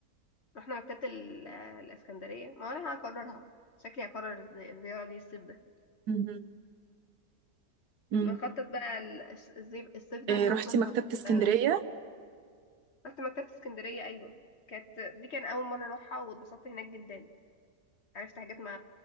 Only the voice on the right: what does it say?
مم. مم.
آه،
رحتي
مكتبة اسكندرية